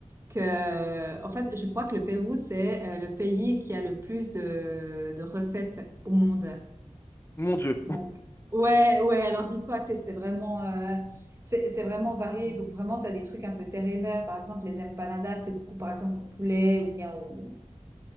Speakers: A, on the right; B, on the left.
A: que, en fait, je crois que le Pérou, c'est euh, le pays qui a le plus de, de recettes au monde.
B: Mon Dieu.
A: Donc, ouais, ouais. Alors, dis-toi que c'est vraiment, euh, c'est c'est vraiment varié.
B: Mhm.
A: Donc, vraiment, tu as des trucs un peu terre et mer. Par exemple, les empanadas, c'est beaucoup, par exemple, au poulet ou bien au